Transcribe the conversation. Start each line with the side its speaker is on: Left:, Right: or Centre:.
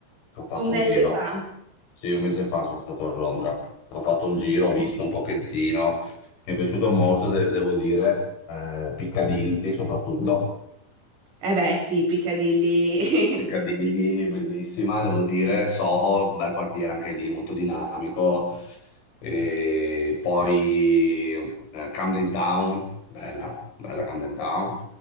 Left: che ho fatto
Right: Un
Left: un
Right: mese
Left: giro.
Right: fa?
Left: Sì, un mese fa sono stato a Londra. Ho fatto un giro, ho visto un pochettino. Mi è piaciuto molto, de- devo dire, eh, Piccadilly soprattutto.
Right: Eh beh sì, Piccadilly,
Left: Piccadilly, bellissima, devo dire, Soho, bel quartiere anche lì, molto dinamico. E poi eh, Camden Town, bella, bella Camden Town.